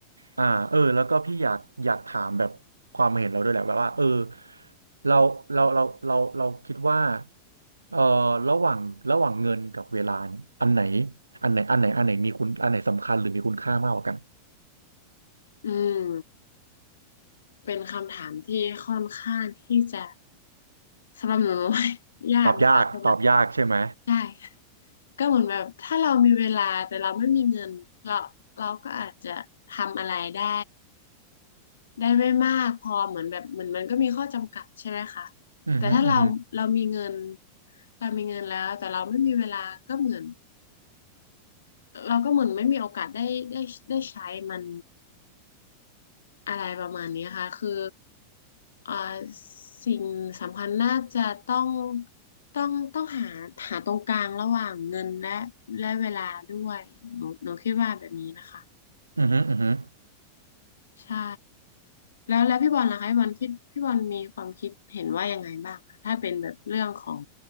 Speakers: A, on the right; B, on the left.
A: อ่าเออแล้วก็พี่อยากอยากถามแบบความเห็นเราด้วยแหละแบบว่าเออเราเราเราเราเราคิดว่าเออระหว่างระหว่างเงินกับเวลาเนี่ยอันไหนอันไหนอันไหนอันไหนมีคุณอันไหนสำคัญหรือมีคุณค่ามากกว่ากัน
B: อืม เป็นคำถามที่ค่อนข้างที่จะสำหรับหนู <laughs> หนูว่ายากนะคะเพแบบ
A: ตอบยากตอบยากใช่ไหม
B: ใช่ก็เหมือนแบบถ้าเรามีเวลาแต่เราไม่มีเงินเราเราก็อาจจะทำอะไรได้ได้ไม่มากพอเหมือนแบบเหมือนมันก็มีข้อจำกัดใช่ไหมคะ
A: อือฮึอือฮึ
B: แต่ถ้าเราเรามีเงินเรามีเงินแล้วแต่เราไม่มีเวลาก็เหมือนเราก็เหมือนไม่มีโอกาสได้ได้ได้ใช้มัน อะไรประมาณนี้ค่ะ คือเอ่าสิ่งสำคัญน่าจะต้อง ต้องต้องหาหาตรงกลางระหว่างเงินและและเวลาด้วยหนูหนูคิดว่าแบบนี้นะคะ
A: อือฮึอือฮึ
B: ใช่ แล้วแล้วพี่บอลล่ะคะพี่บอลคิดพี่บอลมีความคิดเห็นว่ายังไงบ้างคะถ้าเป็นแบบเรื่องของ